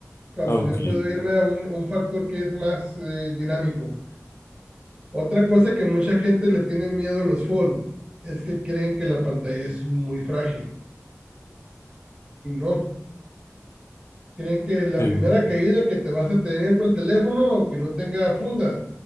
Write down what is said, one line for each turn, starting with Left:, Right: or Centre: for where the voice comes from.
Right: cuando
Left: Ah,
Right: yo
Left: Ok,
Right: puedo irme a un, a un factor que es más eh, dinámico? Otra cosa que mucha gente le tiene miedo a los fold es que creen que la pantalla es muy frágil y no. Creen que la
Left: sí.
Right: primera caída que te vas a tener con el teléfono, que no tenga funda,